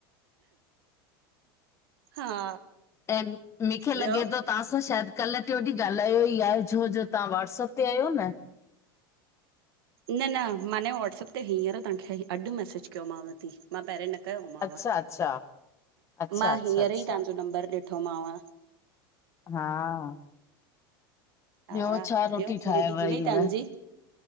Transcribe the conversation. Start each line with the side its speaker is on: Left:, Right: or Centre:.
Right: हा।
Left: ऐं मूंखे लॻे
Right: ॿियो?
Left: थो तहां सां शायद कल्ह टियो ॾींहुं ॻाल्हायो ई आहे छो जो तव्हां वाट्सअप ते आयो न?
Right: न न मां ने व्हाट्सअप ते हींअर तांखे अॼु मैसेज कयोमांव थी। मां पहिरं न कयोमांव,
Left: अच्छा अच्छा अच्छा
Right: मां
Left: अच्छा
Right: हींअर
Left: अच्छा
Right: ई तव्हांजो नंबर ॾिठोमांव।
Left: हा।
Right: हा
Left: ॿियो छा रोटी
Right: ॿियो
Left: ठाहियव हींअर?
Right: थी वई तव्हांजी?